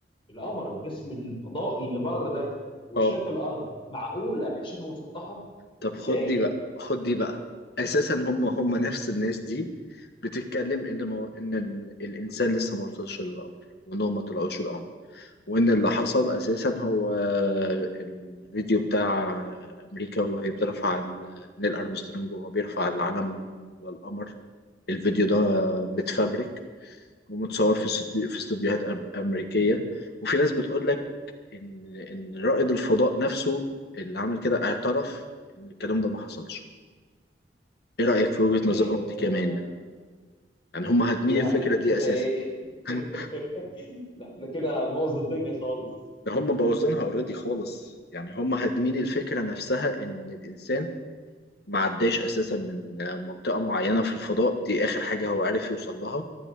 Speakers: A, on the left; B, on the left.
A: القمر الجسم الفضائي اللي بره ده وشاف
B: اه
A: الارض معقولة هيشوفها مسطحة طب
B: طب
A: ازاي
B: خد دي بقى خد دي بقى اساسا هم هم نفس الناس دي بتتكلم ان مو... ان ال... الانسان لسه ما وصلش للقمر وانهم ما طلعوش القمر وان اللي حصل اساسا هو الفيديو بتاع امريكا وهي بترفع ال... نيل ارمسترونج وهو بيرفع العلم على القمر الفيديو ده متفبرك ومتصور في استوديو... في استوديوهات أم- امريكيه وفي ناس بتقول لك ان ان رائد الفضاء نفسه اللي عمل كده اعترف ان الكلام ده ما حصلش ايه رأيك في وجهة
A: آه...
B: نظرهم دي كمان يعني هم هادمين
A: لا
B: الفكرة
A: انت
B: دي
A: كده
B: اساسا
A: ايه
B: <laughs>
A: <laughs> ده احنا كده هنبوظ الدنيا خالص
B: ده هم بوظينها اوريدي خالص يعني هم هادمين الفكرة نفسها ان الانسان ما عداش اساسا من منطقة معينة في الفضاء دي اخر حاجة هو عارف يوصل لها